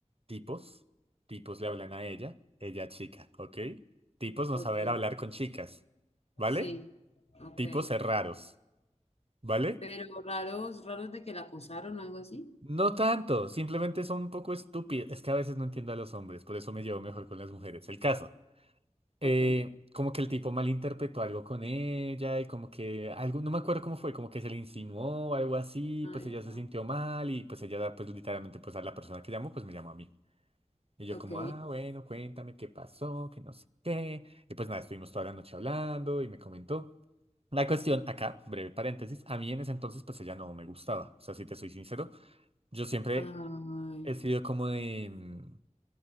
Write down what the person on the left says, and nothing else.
ok,
sí, ok.
Pero raros, raros de que la acosaron o algo así.
Ok,
ay,
no,
ok,
ay,